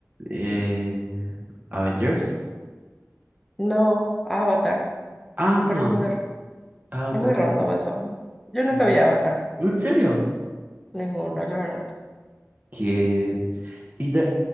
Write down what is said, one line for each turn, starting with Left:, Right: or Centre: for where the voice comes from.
Right: Eh, Avengers.
Centre: No, Avatar.
Right: Ah,
Centre: Me parece muy, r-
Right: Avatar,
Centre: es muy random
Right: sí.
Centre: eso. Yo
Right: Sí.
Centre: nunca vi Avatar,
Right: No, ¿en serio?
Centre: ninguno, la verdad.
Right: Que... Y de-